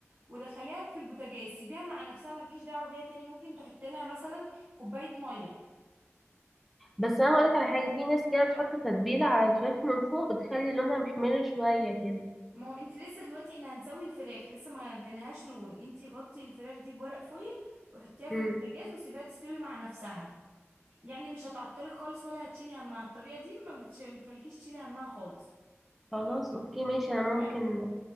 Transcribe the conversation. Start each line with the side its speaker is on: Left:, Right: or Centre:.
Right: ودخليها في البوتاجاز سيبيها مع نفسها ملكيش دعوة بيها تاني ممكن تحطي لها مثلا كوباية مية
Centre: بس انا هقولك على حاجه في ناس كده بتحط تتبيله على الفراخ من فوق بتخلي لونها محمر شويه كده
Right: ما هو انت لسه دلوقتي احنا هنسوي الفراخ لسه ما اديناهاش لون انت غطي الفراخ دي بورق فويل وحطيها في
Centre: مم.
Right: البوتاجاز وسيبيها تستوي مع نفسها يعني مش هتعطلك خالص ولا هتشيلي همها الطريقة دي ما بتش- ما بتخليكيش تشيلي همها خالص
Centre: خلاص اوكي ماشي انا
Right: تمام
Centre: ممكن